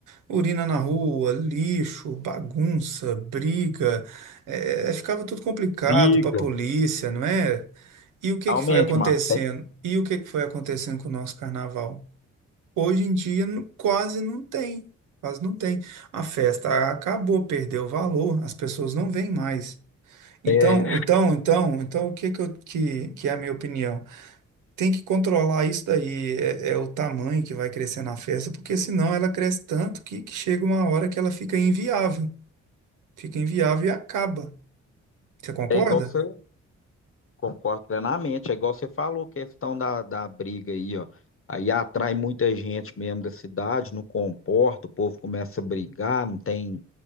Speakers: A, on the right; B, on the left.
A: Urina na rua, lixo, bagunça, briga, eh, ficava tudo complicado
B: Briga.
A: para a polícia, não é? E o que
B: Realmente,
A: que foi acontecendo?
B: Márcio,
A: E o que que foi acontecendo com o nosso carnaval? Hoje em dia nu- quase não tem, quase não tem. A festa acabou, perdeu o valor, as pessoas não vêm mais. Então,
B: é, é
A: então, então, então, o que que, eu- que, que é a minha opinião? Tem que controlar isso daí, é, é o tamanho que vai crescer na festa, porque senão ela cresce tanto que, que chega uma hora que ela fica inviável, fica inviável e acaba. Você concorda?
B: é igual você Concordo plenamente. É igual você falou, questão da, da briga aí, ó. Aí atrai muita gente mesmo da cidade, não comporta, o povo começa a brigar, não tem